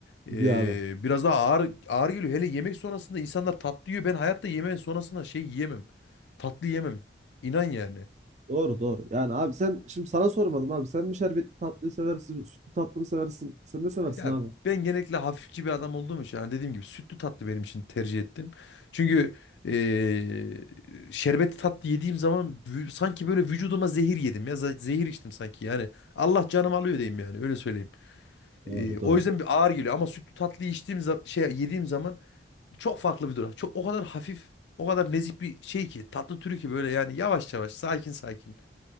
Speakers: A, on the left (about 75°); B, on the right (about 40°).
A: eee,
B: Gidiyor abi.
A: biraz daha ağır ağır geliyor. Hele yemek sonrasında insanlar tatlı yiyor. Ben hayatta yemeğin sonrasında şey yiyemem. Tatlı yemem. İnan yani.
B: Doğru doğru. Yani abi sen şimdi sana sormadım abi. Sen mi şerbetli tatlıyı seversin? Sütlü tatlı mı seversin? Sen ne seversin
A: Ya
B: abi?
A: ben genellikle hafifçi bir adam olduğum için hani dediğim gibi sütlü tatlı benim için tercih ettim. Çünkü eee şerbetli tatlı yediğim zaman vü- sanki böyle vücuduma zehir yedim ya za- zehir içtim sanki yani Allah canım alıyor diyeyim yani öyle söyleyeyim.
B: Doğru
A: Eee, o
B: doğru.
A: yüzden bir ağır geliyor ama sütlü tatlıyı içtiğim za- şey yediğim zaman çok farklı bir durum. Çok o kadar hafif o kadar nezih bir şey ki tatlı türü ki böyle yani yavaş yavaş sakin sakin.